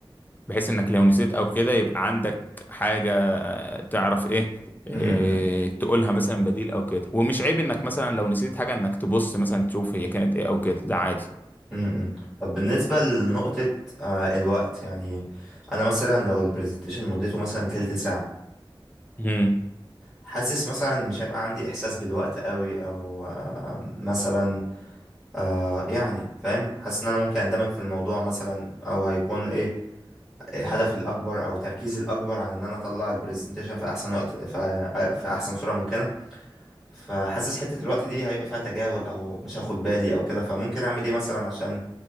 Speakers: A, on the left; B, in the centre.
A: بحيث انك لو نسيت او كده يبقى عندك حاجه آه، تعرف ايه إيه،
B: امم
A: تقولها مثلا بديل او كده ومش عيب انك مثلا لو نسيت حاجه انك تبص مثلا تشوف هي كانت ايه او كده ده عادي
B: امم طب بالنسبة لنقطة آه، الوقت يعني انا مثلا لو البرزنتيشن مدته مثلا تلت ساعة
A: مم.
B: حاسس مثلا مش هيبقى عندي احساس بالوقت قوي او آه، مثلا آه، يعني فاهم حاسس ان انا ممكن اندمج في الموضوع مثلا او هيكون ايه هدفي الاكبر او تركيزي الاكبر عن ان انا اطلع البرزنتيشن في احسن وقت ف- في احسن صورة ممكنة فحاسس حتة الوقت دي هيبقى فيها تجاهل او مش هاخد بالي او كده فممكن اعمل ايه مثلا عشان